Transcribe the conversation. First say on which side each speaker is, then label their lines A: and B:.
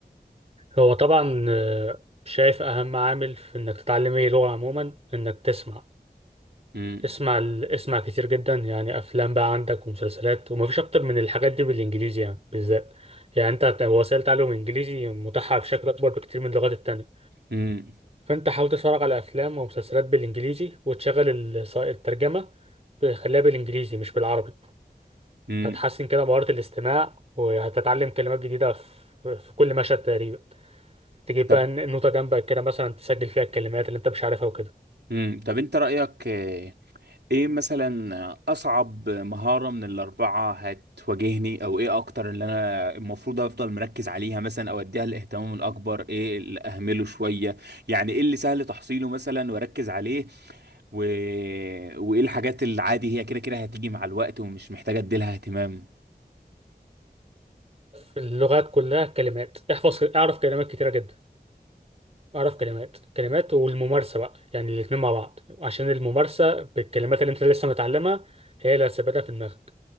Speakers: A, on the right (about 40°); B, on the right (about 85°).
A: هو طبعا آه، شايف أهم عامل في إنك تتعلم أي لغة عموما إنك تسمع
B: امم
A: اسمع ال- اسمع كتير جدا يعني أفلام بقى عندك ومسلسلات ومفيش أكتر من الحاجات دي بالإنجليزي يعني بالذات يعني أنت هت- وسائل تعلم إنجليزي متاحة بشكل أكبر بكتير من اللغات التانية
B: امم
A: فأنت حاول تتفرج على أفلام ومسلسلات بالإنجليزي وتشغل ال- الترجمة خليها بالإنجليزي مش بالعربي
B: امم
A: هتحسن كده مهارة الاستماع وهتتعلم كلمات جديدة في في كل مشهد تقريبا تجيب
B: طب
A: بقى النوتة جنبك كده مثلا تسجل فيها الكلمات اللي انت مش عارفها وكده
B: امم طب انت رايك ايه مثلا اصعب مهارة من الاربعة هتواجهني او ايه اكتر اللي انا المفروض افضل مركز عليها مثلا او اديها الاهتمام الاكبر ايه اللي اهمله شوية يعني ايه اللي سهل تحصيله مثلا واركز عليه و... وايه الحاجات اللي عادي هي كده كده هتيجي مع الوقت ومش محتاجة اديلها اهتمام
A: في اللغات كلها كلمات احفظ اعرف كلمات كتيرة جدا اعرف كلمات كلمات والممارسة بقى يعني الاتنين مع بعض عشان الممارسة بالكلمات اللي انت لسه متعلمها هي اللي هتثبتها في دماغك